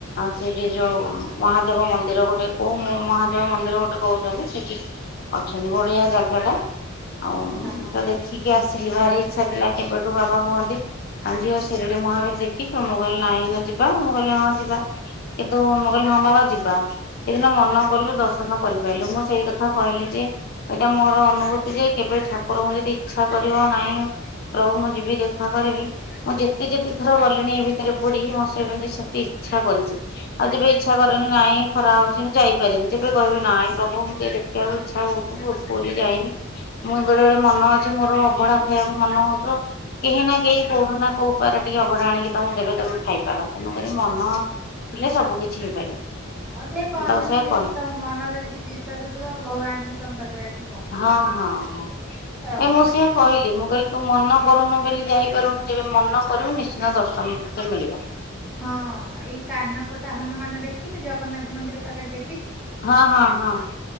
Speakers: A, on the left; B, in the centre.
A: ସେଇଠି ଯୋଉ ମହାଦେବ ମନ୍ଦିର ଗୋଟେ, କୋଉ ମହାଦେବ ମନ୍ଦିର ଗୋଟେ କହୁଛନ୍ତି, ସେଠି ଅଛନ୍ତି, ବଢିଆ ଜାଗା ଟା ଆଉ
B: ହଁ।
A: ତ ଦେଖିକି ଆସିଲି, ଭାରି ଇଛା ପିଲା କେବେଠୁ ବାବା କୁହନ୍ତି ଆ ଝିଅ ଶିରିଡି ମହାବୀର ଦେଖିଛୁ? ମୁଁ କହିଲି ନାଇ, ନା ଯିବା, ମୁଁ କହିଲି ହଁ ଯିବା, କିନ୍ତୁ ମୁଁ ହ ବାବା ଯିବା, ଏଦିନ ମନ କଲୁ ଦର୍ଶନ କରିପାରିଲୁ, ମୁଁ ସେଇ କଥା କହିଲି ଯେ ଏଇଟା ମୋର ଅନୁଭୂତି ଯେ କେବେ ଠାକୁରଙ୍କୁ ଯଦି ଇଚ୍ଛା କରିବ, ନାହିଁ ପ୍ରଭୁ ମୁଁ ଯିବି ଦେଖା କରିବି, ମୁଁ ଯେତେ ଯେତେ ଥର ଗଲିଣି ଏ ଭିତରେ ପୁରୀ ମ ସେମିତି ସେ ଇଛା କରିଛି ଆଉ ଯେବେ ଇଚ୍ଛା କରିନି, ନାଇଁ ଖରା ହଉଛି ମୁଁ ଯାଇପାରେନି, ଯେବେ କହିବେ ନାଇଁ ପ୍ରଭୁ ଏତି ଦେଖ ଆ ଇଚ୍ଛା ହଉଛି, ଭୋ <unintelligible> ପୁରୀ ଯାଇନି। ମୁଁ ବେଳେ ବେଳେ ମନ ଅଛି, ମୋର ଅଭଢା ଖାଇବାକୁ ମନ ହଉଥିବ କେହି ନା କେହି କୋଉଠୁ ନା କୋଉପାର ଟିକେ ଅବଢା ଆଣିକି ତମକୁ ଦେବେ ତମେ ଖାଇପାର, ତେଣୁକରି ମନ ହେଲେ, ସବୁ କିଛି ହେଇପାରିବ।
B: ହଁ ସେ କହନ୍ତିନି,
A: ମୁଁ ତାକୁ ସେଇଆ
B: ଯେ
A: କହିଲି
B: ମନରେ ଯଦି ବିଶ୍ଵାସ ଥିବ ଭଗବାନ ବି ତମ ପାଖରେ ଆସିବ
A: ହଁ ହଁ ହଁ
B: ଆଉ
A: ଏ ମୁଁ
B: କଣ?
A: ସିଏ କହିଲି, ମୁଁ କହିଲି ତୁ ମନ କରନୁ ବୋଲି ଯାଇପାରୁନୁ, ଯେବେ ମନ କରିବୁ ନିଶ୍ଚିନ୍ତ ଦର୍ଶନ ତତେ ମିଳିବ।
B: ହଁ ଏଇ କାନପତା ହନୁମାନ ଦେଖିଲେ, ଜଗନ୍ନାଥ ମନ୍ଦିର ପାଖରେ ଦେଖ
A: ହଁ ହଁ ହଁ